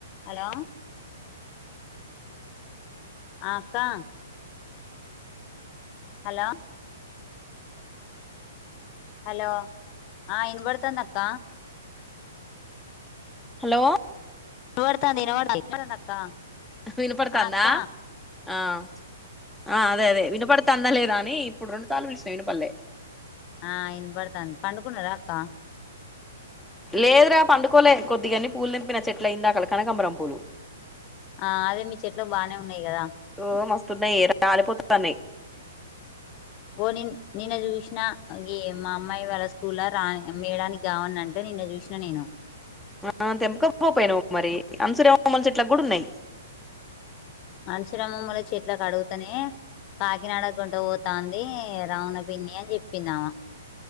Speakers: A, on the left; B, in the centre.
A: Hello! అక్కా hello hello ఆ వినబడుతుంది అక్క
B: హలో
A: ఇనవాడుతాంది ఇనవాడుతాంది <unintelligible> అక్క
B: వినపడుతందా
A: ఆ అక్క
B: ఆ అదే అదే వినపడు తందలేదని ఇప్పుడు రెండు సార్లు పిలిసినా ఇనపడలే
A: ఆ ఇయినపడతాంది పండుకున్నరా అక్క
B: లేదురా పండుకోలే కొద్దిగన్ని పూలు తెంపిన చెట్ల ఇంయిందాకల కనకంబరం పూలు
A: ఆ అదే మీ చెట్లకు బానే ఉన్నాయి కదా
B: ఓ మస్తున్నయే ఇదా రాలిపోతాన్నాయి
A: ఓ ని నిన్న చూసినా ఈ మా అమ్మాయి వాళ్ళ స్కూల్ లా మేడానికి కావని అంటే నిను నిన్న చూసిన నేను
B: ఆ తెంపకపోపోయినా మరి అంసురమ్మలు చెట్ల కూడా ఉన్నాయి
A: అంసురమ్మమ్ముల చెట్ల కడుగుతనే కాకినాడగోంటపోతాంది రావన పిన్ని అని చెప్పిందావా